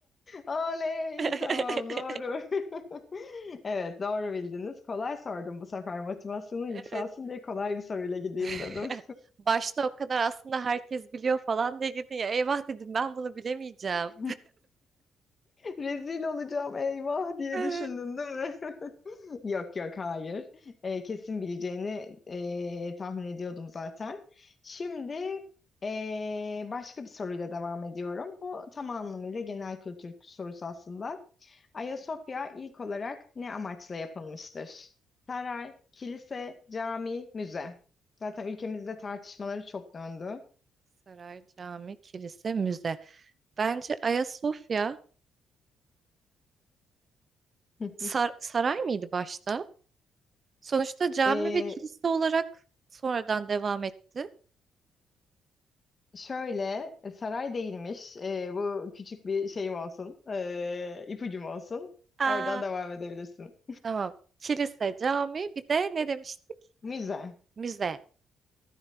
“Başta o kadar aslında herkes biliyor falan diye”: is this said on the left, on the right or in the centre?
Right